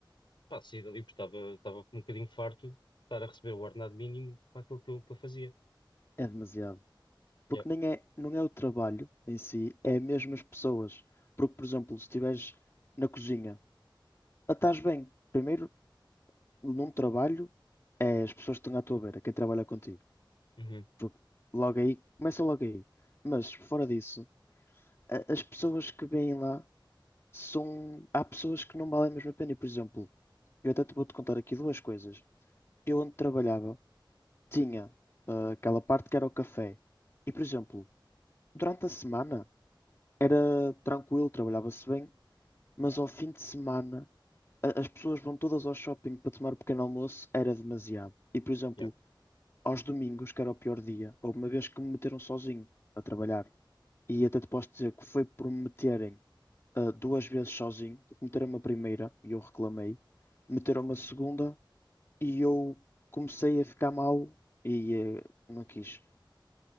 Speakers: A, on the left; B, on the left.
A: pá, saí dali porque estava estava um bocadinho farto de estar a receber o ordenado mínimo para aquilo que eu, que eu fazia.
B: É demasiado.
A: Yep.
B: Porque nem é, não é o trabalho em si, é mesmo as pessoas. Porque, por exemplo, se estiveres na cozinha, ah, estás bem. Primeiro, num trabalho, é as pessoas que estão à tua beira, quem trabalha contigo.
A: Uhum.
B: Porque logo aí, começa logo aí. Mas, fora disso, a- as pessoas que vêm lá são. Há pessoas que não valem mesmo a pena. E, por exemplo, eu até te vou-te contar aqui duas coisas. Eu, onde trabalhava, tinha ah, aquela parte que era o café. E, por exemplo, durante a semana era tranquilo, trabalhava-se bem, mas ao fim de semana a- as pessoas vão todas ao shopping para tomar o pequeno almoço, era demasiado. E, por exemplo,
A: Yep.
B: aos domingos, que era o pior dia, houve uma vez que me meteram sozinho a trabalhar. E até te posso dizer que foi por me meterem ah, duas vezes sozinho, meteram-me a primeira e eu reclamei, meteram-me a segunda e eu comecei a ficar mal e eh, não quis.